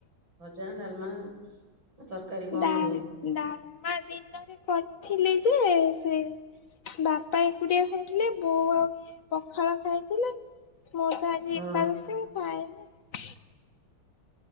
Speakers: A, on the right (about 65°); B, on the left (about 45°).
A: ଭଜା ନା ଡାଲମା ନା ତରକାରୀ କଣ
B: ଡା
A: କରିବ?
B: ଡାଲମା ଦିନରେ କରିଥିଲି ଯେ ସେ ବାପା ଏକୁଟିଆ ଖାଇଥିଲେ ବୋଉ ଆଉ ଇଏ ପଖାଳ ଖାଇଥିଲେ ମୋ ତା ଆ
A: ହଁ
B: ଏକାଦଶୀ ମୁଁ ଖାଇନି ଆଉ।